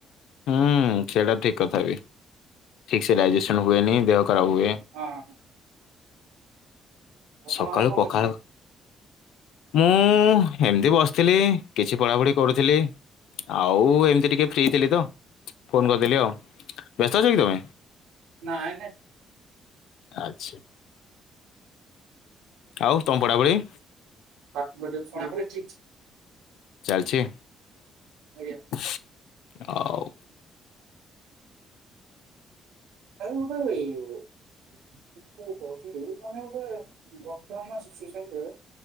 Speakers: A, on the left; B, on the right.
A: ହୁଁ ସେଇଟା ଠିକ୍ କଥା ବି ଠିକ୍ ସେ ଡାଇଜେସନ୍ ହୁଏନି ଦେହ ଖରାପ ହୁଏ।
B: ହଁ। ଆପଣ
A: ସକାଳୁ
B: ଭାଇ କଣ
A: ପଖାଳ
B: କରୁଛନ୍ତି?
A: ମୁଁ ଏମ୍ତି ବସିଥିଲି କିଛି ପଢ଼ା ପଢ଼ି କରୁଥିଲି। ଆଉ ଏମ୍ତି ଟିକେ ଫ୍ରି ଥିଲି ତ ଫୋନ୍ କରିଦେଲି ଆଉ ବ୍ୟସ୍ତ ଅଛ କି ତମେ?
B: ନାଇଁ ନାଇଁ।
A: ଆଚ୍ଛା ଆଉ ତମ ପଢ଼ା ପଢ଼ି?
B: <unintelligible> ବିଡିଓ ପଢ଼ା ପଢ଼ି ଠିକ୍
A: ଚାଲିଛି?
B: ଆଜ୍ଞା।
A: <unintelligible> ଆଉ।
B: <unintelligible> <unintelligible> ମାନେ ଗୁଟେ ବର୍ତ୍ତମାନ ସିଚୁଏସନ୍ ରେ